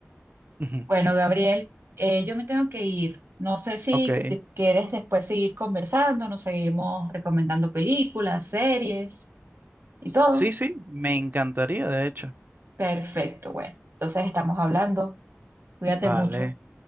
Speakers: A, on the right (about 40°); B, on the right (about 60°).
A: <laughs> Ujú,
B: Bueno, Gabriel, eh, yo me tengo que ir. No sé si
A: Ok.
B: te quieres después seguir conversando, nos seguimos recomendando películas, series y todo.
A: Sí, sí, me encantaría, de hecho.
B: Perfecto, bueno. Entonces estamos hablando. Cuídate
A: Vale,
B: mucho.